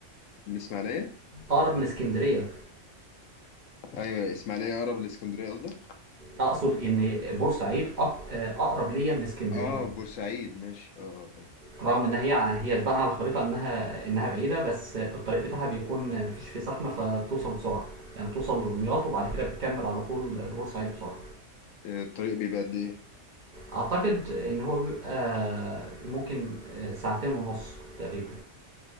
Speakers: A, on the left (about 80°); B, on the right (about 45°).
A: الاسماعيلية
B: اقرب من اسكندريه
A: ايوه الاسماعيلية اقرب لاسكندرية قصدك؟
B: اقصد ان بورسعيد أق- اقرب ليا من اسكندريه
A: اه بورسعيد ماشي اه
B: رغم ان هي هي تبان على الخريطه انها انها بعيده بس الطريق بتاعها بيكون مفيش فيه زحمه فبتوصل بسرعه يعني توصل لدمياط وبعد كده بتكمل على طول لبورسعيد بسرعه
A: آه. الطريق بيبقى قد ايه؟
B: اعتقد ان هو بيبقى ممكن ساعتين ونص تقريبا